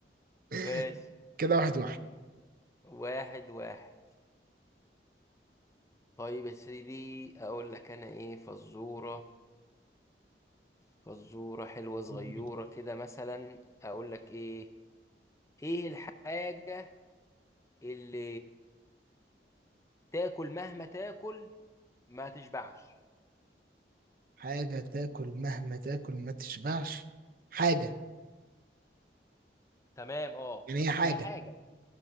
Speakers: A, on the right; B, on the left.
A: <laughs>
B: ماشي
A: كده واحد
B: واحد واحد طيب يا سيدي اقول لك انا ايه فزورة فزورة حلوة صغيرة
A: واحد
B: كده مثلا اقول لك ايه ايه الحاجة اللي تاكل مهما تاكل ما تشبعش
A: حاجة تاكل مهما تاكل ما تشبعش حاجة
B: تمام اه
A: يعني هي حاجة
B: هي حاجة